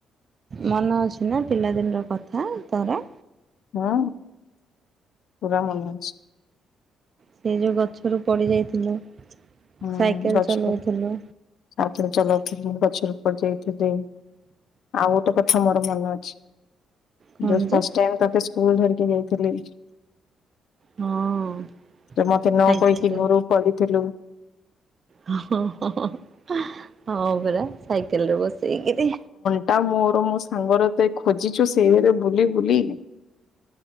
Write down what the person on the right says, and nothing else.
ମନ ଅଛି ନା ପିଲାଦିନର କଥା ତୋର?
ସେ ଯୋଉ ଗଛରୁ ପଡି ଯାଇଥିଲୁ।
ସାଇକେଲ
ଚଲଉଥିଲୁ
କଣ
ଯେ?
ହଁ
ସାଇକେଲରେ
ହଁ ହଁ ହଁ ପରା ସାଇକେଲେରେ ବସେଇକିରି।